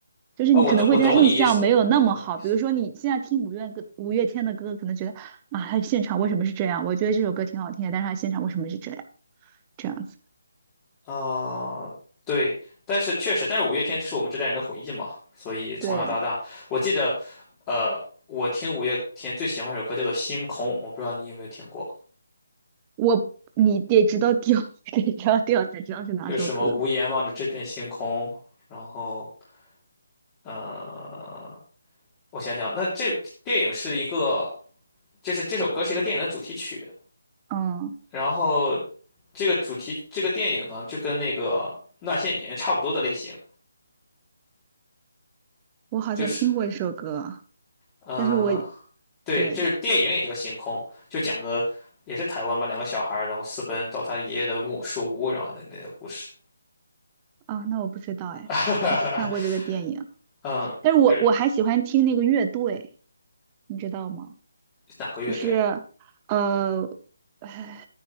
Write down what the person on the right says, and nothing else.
就是你可能会对他印象没有那么好。
比如说你现在听五月歌五月天的歌，可能觉得啊，他现场为什么是这样？我觉得这首歌挺好听的，但是他现场为什么是这样？这样子，
对，
我你得知道调，<laughs> 得知道调才知道是哪首歌。
嗯，
我好像听过一首歌，
但是我
对
啊，那我不知道哎，
我没看过这个电影，
但是我我还喜欢听那个乐队，
你知道吗？
就是，呃，唉